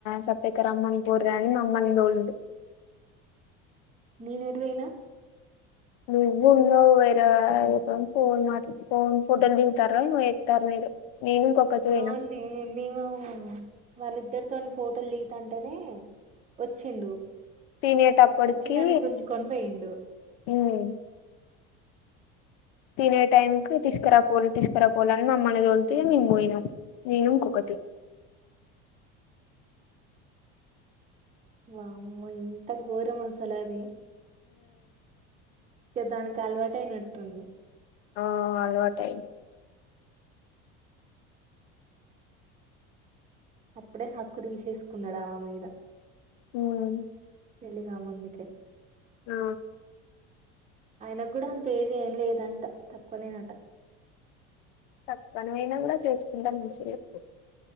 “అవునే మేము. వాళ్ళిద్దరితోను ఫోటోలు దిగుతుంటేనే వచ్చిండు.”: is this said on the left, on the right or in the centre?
Right